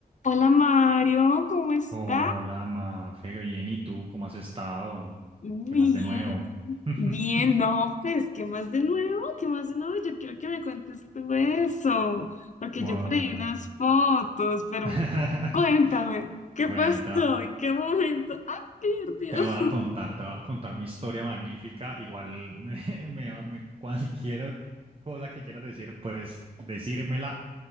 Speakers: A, on the left; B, on the right.
A: Hola Mario, ¿cómo está?
B: Hola, Mafe, bien, ¿y tú cómo has estado?
A: Bien,
B: ¿Qué más de nuevo? <laughs>
A: bien, no, pues, ¿qué más de nuevo? ¿Qué más de nuevo? Yo quiero que me cuentes tú eso, porque
B: Buah.
A: yo por ahí vi unas fotos, pero
B: <laughs>
A: cuéntame, ¿qué
B: Bueno,
A: pasó?
B: te, va-
A: ¿En qué momento? ¡Ay, qué divertido!
B: te voy
A: <laughs>
B: a contar, te voy a contar mi historia magnífica. Igual <laughs> me, me- me- cualquier cosa que quieras decir, pues decírmela.